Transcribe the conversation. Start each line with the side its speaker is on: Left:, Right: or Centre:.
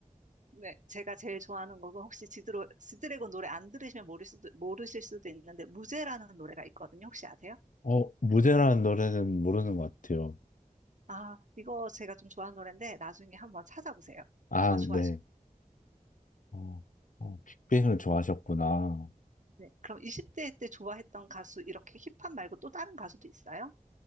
Right: 네, 제가 제일 좋아하는 곡은 혹시 지드로, 지드래곤 노래 안 들으시면 모를 수도, 모르실 수도 있는데 무제라는 노래가 있거든요. 혹시 아세요?
Left: 어, 무대라는 노래는 모르는 것 같아요.
Right: 아, 이거 제가 좀 좋아하는 노래인데 나중에 한번 찾아보세요.
Left: 아,
Right: 아마 좋아하실
Left: 네. 어, 어, 빅뱅을 좋아하셨구나.
Right: 텐데. 그럼 20대 때 좋아했던 가수 이렇게 힙합 말고 또 다른 가수도 있어요?